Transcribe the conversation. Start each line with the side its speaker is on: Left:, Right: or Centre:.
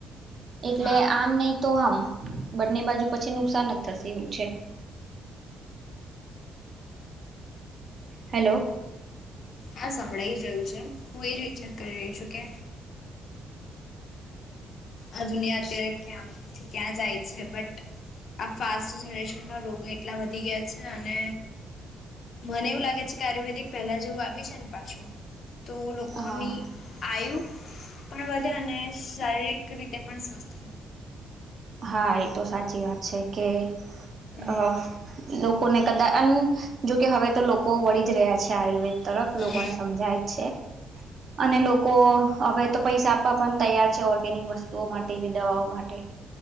Right: એટલે
Left: હા
Right: આમ નઈ તો આમ બંને બાજુ પછી નુકસાન જ થશે એવું છે. હેલો.
Left: હા સંભળાઈ જ રહ્યું છે હું એજ રી <unintelligible> કરી રહી છું કે આ દુનિયા અત્યારે ક્યામ થી ક્યાં જાય છે બટ આ ફાસ્ટ જનરેશનમાં રોગ એટલા વધી ગયા છે અને મને એવું લાગે છે કે આયુર્વેદિક પહેલા જેવું આવી છે ને પાછું તો લોકોની
Right: હા
Left: આયુ પણ વધે અને શારીરિક એક રીતે પણ સ્વસ્થ રે
Right: હા એ તો સાચી વાત છે કે
Left: હમ
Right: અ લોકોને કદા અન્ન જોકે હવે તો લોકો વળી જ રહ્યા છે આયુર્વેદ તરફ
Left: હમ
Right: લોકોને સમજાય જ છે અને લોકો હવે તો પૈસા આપવા પણ તૈયાર છે ઓર્ગેનિક વસ્તુઓ માટે દવાઓ માટે.